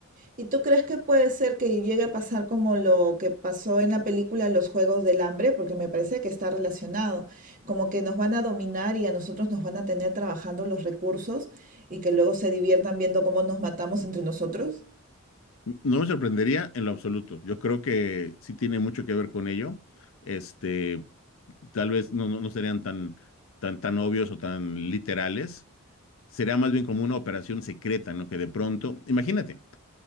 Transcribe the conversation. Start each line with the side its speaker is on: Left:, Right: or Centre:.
Right: ¿Y tú crees que puede ser que llegue a pasar como lo que pasó en la película Los Juegos del Hambre? Porque me parece que está relacionado, como que nos van a dominar y a nosotros nos van a tener trabajando los recursos y que luego se diviertan viendo cómo nos matamos entre nosotros.
Left: No me sorprendería en lo absoluto. Yo creo que sí tiene mucho que ver con ello. Este, tal vez no, no, no serían tan, tan, tan obvios o tan literales Será más bien como una operación secreta, ¿no? Que de pronto, imagínate,